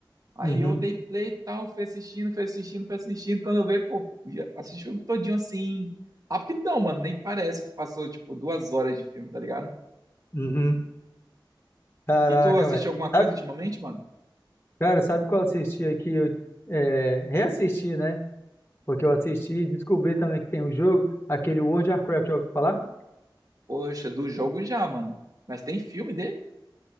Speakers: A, on the right; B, on the left.
A: Aí
B: Uhum.
A: eu dei play e tal, fui assistindo, fui assistindo, fui assistindo. Quando eu vi, pô, já assisti o filme todinho assim, rapidão, mano. Nem parece que passou, tipo, duas horas de filme, tá ligado?
B: Uhum. Caraca,
A: E tu assistiu
B: velho.
A: alguma coisa
B: Sabe,
A: ultimamente, mano?
B: cara, sabe qual eu assisti aqui? Eu é, reassisti, né? Porque eu assisti e descobri também que tem um jogo, aquele World of Warcraft, já ouviu falar?
A: Poxa, do jogo já, mano. Mas tem filme dele?